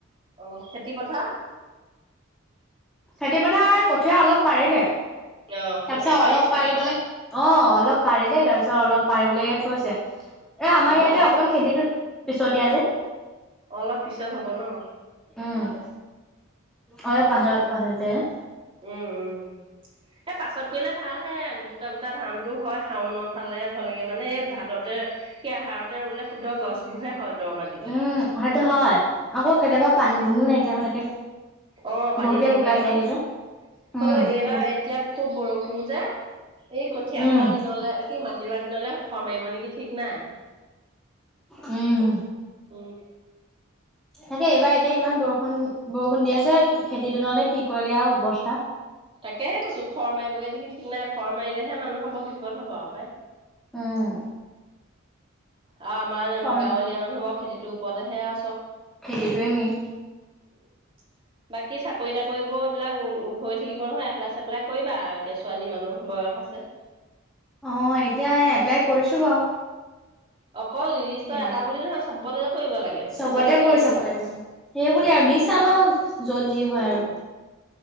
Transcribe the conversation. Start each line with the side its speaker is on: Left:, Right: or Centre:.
Right: অ' খেতি পথাৰ?
Centre: খেতি পথাৰ কঠীয়া অলপ পাৰিলে,
Right: অ কঠীয়া
Centre: তাৰপিছত
Right: পাৰিছেহে
Centre: অলপ পাৰিবলে অ' অলপ পাৰিলে, তাৰপিছত অলপ পাৰিবলে থৈছে। এ আমাৰ
Right: অ
Centre: ইয়াতে
Right: ঘৰতে
Centre: অকমান খেতিটো পিছতিয়া যে।
Right: অলপ পিছত হ'ব ন?
Centre: উম' অলপ পাছ পছতীয়া যে।
Right: উম' উম' এ পাছত কৰিলে ভাল। হে গোটা গোটা ধানতো হয়, শাওনত হলে হলেগে মানে, এ ভাদতে সি আহাৰতে ৰুলে শুদ্ধ গছবোৰহে হয় দ মাটি।
Centre: উম' সেইটো হয়, আকৌ কেতিয়াবা পানী দুনিও নাইকিয়া হৈ থাকে।
Right: অ' পানী
Centre: বহুতে
Right: নাইকিয়া
Centre: শুকাই
Right: হয়।
Centre: যায়গে যে উম
Right: হলেও এইবাৰ
Centre: বহ
Right: এতিয়া খুব বৰষুণ যে এই কঠীয়া
Centre: উম
Right: পৰা দিনলে কি মা কিইবা দিনলে খৰ মাৰিব নেকি ঠিক নাই।
Centre: উম।
Right: উম।
Centre: তাকে এইবাৰ এতিয়া ইমান বৰষুণ বৰষুণ দি আছে, খেতি দিনলে কি কৰে আৰু অৱস্থা।
Right: তাকেহে কৈছো খৰ মাৰিবগে নেকি ঠিক নাই, খৰ মাৰিলেহে মানুহৰ বৰ বিপদ হ'ব আৰু পায়।
Centre: উম।
Right: অ আমাৰ গাঁৱলীয়া
Centre: খৰ
Right: মানুহৰ খেতিটোৰ ওপৰতহে আৰু চব।
Centre: খেতিটোৱে মেইন।
Right: <inaudible> বাকী চাকৰি তাকৰিবোৰ এইবিলাক হৈ থাকিব নহয়, এপ্লাই চেপ্লাই কৰিবা আৰু এতিয়া ছোৱালী মানুহ বয়স আছে।
Centre: অ' এতিয়া এপ্লাই কৰিছো বাৰু।
Right: অকল নিৰ্দিষ্ট
Centre: এইবাৰ
Right: এটা বুলি নহয়, চব্বতে কৰিব লাগে।
Centre: চবতে
Right: য'তে লাগে
Centre: কৰি
Right: লাগিব
Centre: চাব লাগে সেইবুলি
Right: উম।
Centre: আৰু দি চাম আৰু য'ত যি হয়
Right: উম
Centre: আৰু।